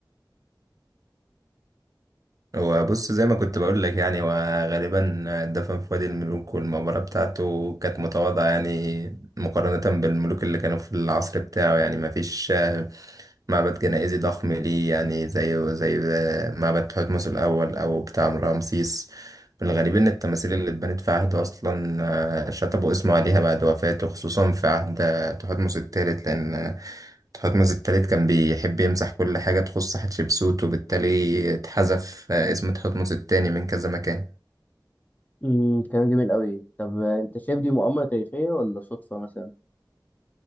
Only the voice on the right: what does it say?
هو بص زي ما كنت بقول لك يعني هو غالبا دفن في وادي الملوك والمقبرة بتاعته كانت متواضعة يعني مقارنة بالملوك اللي كانوا في العصر بتاعه يعني ما فيش معبد جنائزي ضخم ليه يعني زي زي معبد تحتمس الأول أو بتاع رمسيس الغريب إن التماثيل اللي اتبنت في عهده أصلا آه، شطبوا اسمه عليها بعد وفاته خصوصا في عهد تحتمس الثالث لأن تحتمس التالت كان بيحب يمسح كل حاجة تخص حتشبسوت وبالتالي اتحذف آه، اسم تحتمس التاني من كذا مكان